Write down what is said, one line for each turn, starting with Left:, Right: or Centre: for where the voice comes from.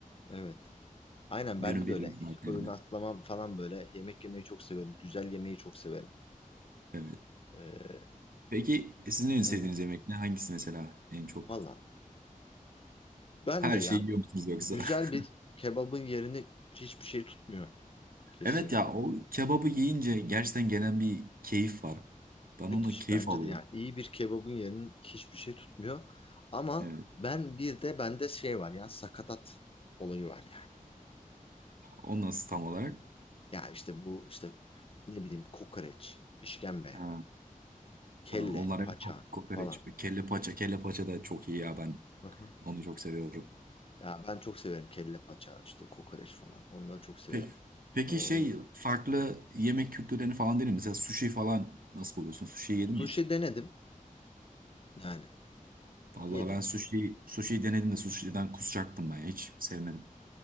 Left: Evet. Aynen
Right: Günün
Left: bende
Right: belirli
Left: de öyle.
Right: saatlerinde.
Left: Hiç Öğün atlamam falan böyle. Yemek yemeyi çok severim. Güzel yemeyi çok severim.
Right: Evet.
Left: Ee,
Right: Peki sizin en sevdiğiniz
Left: hı hı.
Right: yemek ne? Hangisi mesela en çok?
Left: Valla. Ben
Right: Her
Left: de ya
Right: şeyi yiyor musunuz yoksa?
Left: güzel
Right: <laughs>
Left: bir kebabın yerini hiçbir şey tutmuyor. Kesinlikle.
Right: Evet ya o kebabı yiyince gerçekten
Left: Hı
Right: gelen
Left: hı.
Right: bir keyif var. Ben
Left: Müthiş
Right: ondan keyif
Left: bence
Right: alıyorum.
Left: de yani. iyi bir kebabın yerini hiçbir şey tutmuyor. Ama
Right: Evet.
Left: ben bir de bende şey var ya sakatat olayı var yani.
Right: O nasıl tam olarak?
Left: Ya işte bu işte ne bileyim kokoreç, işkembe,
Right: Ha,
Left: kelle,
Right: ha, onlar evet,
Left: paça
Right: ko- kokoreç,
Left: falan.
Right: kelle paça, kelle paça da çok iyi ya ben
Left: Hı hı.
Right: onu çok seviyorum.
Left: Ya ben çok severim kelle paça işte kokoreç falan. Onları çok severim.
Right: Peki, peki
Left: Ama
Right: şey
Left: on-
Right: farklı yemek kültürlerini falan denedin mi? Mesela sushi falan nasıl buluyorsun? Sushi yedin
Left: sushi
Right: mi hiç?
Left: denedim. Yani
Right: Vallahi
Left: yedim.
Right: ben sushi, sushi denedim de sushi'den kusacaktım ben ya. Hiç sevmedim.